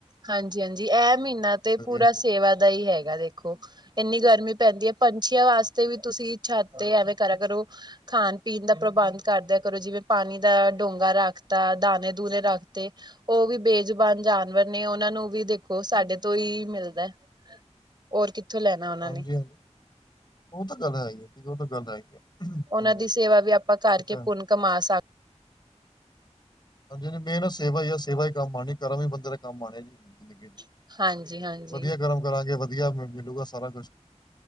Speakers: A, on the right; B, on the left.
A: ਹਾਂਜੀ-ਹਾਂਜੀ, ਇਹ ਮਹੀਨਾ ਤੇ ਪੂਰਾ
B: ਹਾਂਜੀ
A: ਸੇਵਾ। ਦਾ ਹੀ ਹੈਗਾ, ਦੇਖੋ ਇੰਨੀ ਗਰਮੀ ਪੈਂਦੀ ਹੈ ਪਰ ਅੱਛੀਆਂ ਵਾਸਤੇ ਵੀ ਤੁਸੀਂ ਛੱਤ ਤੇ ਐਵੇਂ ਕਰਾ ਕਰੋ। ਖਾਣ ਪੀਣ ਦਾ ਪ੍ਰਬੰਧ ਕਰਦੇਿਆਂ ਕਰੋ, ਜਿਵੇਂ ਪਾਣੀ ਦਾ ਡੂੰਗਾ ਰੱਖਤਾ, ਦਾਣੇ-ਦੂਣੇ ਰੱਖਤੇ। ਉਹ ਵੀ ਬੇਜ਼ੁਬਾਨ ਜਾਨਵਰ ਨੇ ਉਹਨਾਂ ਨੂੰ ਵੀ ਦੇਖੋ, ਸਾਡੇ ਤੋਂ ਹੀ ਮਿਲਦਾ। ਹੋਰ ਕਿੱਥੋਂ ਲੈਣਾ? ਉਹਨਾਂ
B: ਹਾਂਜੀ-ਹਾਂਜੀ,
A: ਨੇ,
B: ਉਹ ਤਾਂ ਗੱਲ ਹੈ ਹੀ ਹੈ, ਉਹ ਤਾਂ ਗੱਲ ਹੈ ਹੀ ਹੈ। ਹਾਂਜੀ
A: ਉਹਨਾਂ ਦੀ
B: ਹਾਂਜੀ
A: ਸੇਵਾ ਵੀ ਆਪਾਂ ਕਰਕੇ
B: ਬੱਚਾ
A: ਪੁੰਨ ਕਮਾ ਸਕ
B: ਹਾਂਜੀ-ਹਾਂਜੀ, ਮੇਨ ਸੇਵਾ ਹੀ ਆ ਸੇਵਾ ਹੀ ਕੰਮ ਆਣੀ। ਕਰਮ ਹੀ ਬੰਦੇ ਦੇ ਕੰਮ ਆਣੇ ਜੀ ਜ਼ਿੰਦਗੀ ਚ
A: ਸਕ ਹਾਂਜੀ-ਹਾਂਜੀ।
B: ਵਧੀਆ ਕਰਮ ਕਰਾਂਗੇ ਵਧੀਆ ਮਿਲੂਗਾ, ਸਾਰਾ ਕੁਛ